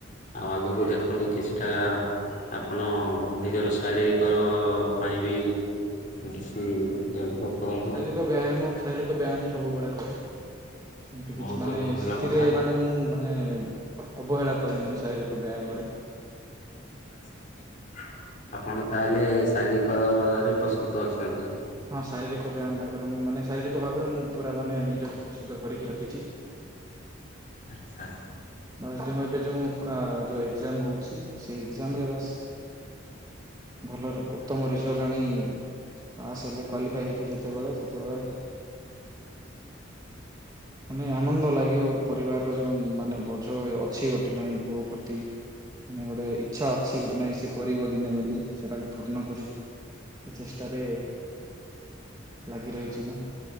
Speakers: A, on the left; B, on the right.
A: ଆଉ ଆଗକୁ ଦେଖନ୍ତୁ କିଛିଟା ଆପଣ ନିଜର ଶାରୀରିକ ର ପାଇଁ ବି କିସ ଉଁ ଡେଭଲପ୍ କରନ୍ତୁ।
B: ଓ ବ୍ୟାୟାମ ଶାରୀରିକ ବ୍ୟାୟାମ ସବୁବେଳେ କରେ। ଏମିତି
A: ବହୁତ
B: କିଛି ମାନେ
A: ଭଲ
B: ସେଥିରେ
A: କଥା।
B: ମାନେ ମୁଁ ମାନେ ଅବହେଳା କରିନି ମୁଁ ଶାରୀରିକ ବ୍ୟାୟାମରେ।
A: ଆଚ୍ଛା, ଠିକ୍ ଆପଣ ତାହେଲେ ଶାରୀରିକରେ ପ୍ରସ୍ତୁତ ଅଛନ୍ତି।
B: ହଁ ଶାରୀରିକ ବ୍ୟାୟାମ ଭାବରେ ମୁଁ ମାନେ ଶାରୀରିକ ଭାବରେ ମୁଁ ପୁରା ମାନେ ନିଜକୁ ପ୍ରସ୍ତୁତ କରିକି ରଖିଚି।
A: ଆଚ୍ଛା।
B: ବାସ୍ ଯୋଉଁ ଏବେ ଯୋଉଁ କା ଯୋଉ ଏଗ୍ଜାମ ହଉଛି ସେ ଏଗ୍ଜାମରେ ବାସ୍ ଭଲ ଉତ୍ତମ ରେଜଲ୍ଟ ଆଣି ପାସ୍ ହେଲେ କ୍ୱାଲିଫାଏ ହେବି ଯେତେବେଳେ ସେତେବେଳେ ମାନେ ଆନନ୍ଦ ଲାଗିବ ଗୋଟେ ପରିବାର ର ଯୋଉ ମାନେ ବୋଝ କିଛି ଗୋଟେ ନାଇଁ ପୁଅ ପ୍ରତି ମାନେ ଗୋଟେ ଇଚ୍ଛା ଅଛି ଗୋଟେ ନାଇଁ ସେ କରିବ ଦିନେ ବୋଲି ସେଟାକୁ ପୂର୍ଣ୍ଣ କରିବି। ସେ ଚେଷ୍ଟାରେ ଲାଗି ରହିଚି ମୁଁ।